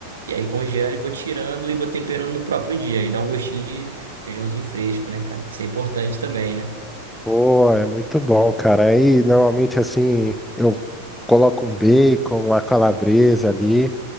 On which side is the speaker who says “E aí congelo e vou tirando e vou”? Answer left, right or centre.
Right